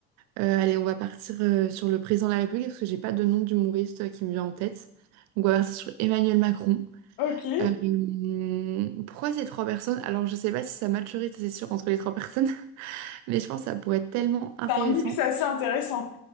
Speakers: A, on the right (about 35°); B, on the left (about 45°).
A: Euh, allez, on va partir euh, sur le président de la République parce que j'ai pas de nom d'humoriste euh, qui me vient en tête. Donc on va partir sur Emmanuel Macron.
B: Ok, c'est
A: Euh, pourquoi ces trois personnes? Alors je sais pas si ça matcherait, ça, c'est sûr, entre les trois personnes, <laughs> mais je pense que ça pourrait être tellement intéressant.
B: un mix assez intéressant.